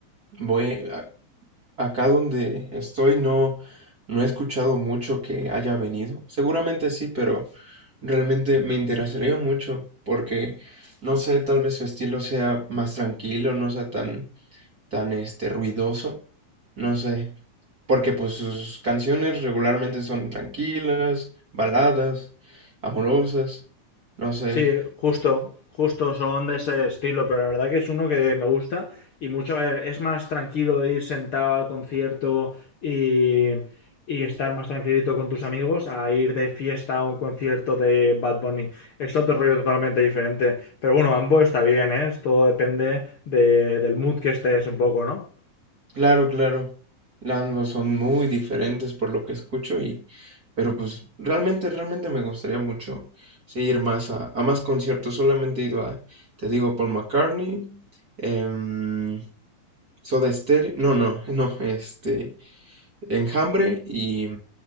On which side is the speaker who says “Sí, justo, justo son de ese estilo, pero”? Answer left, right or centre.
Left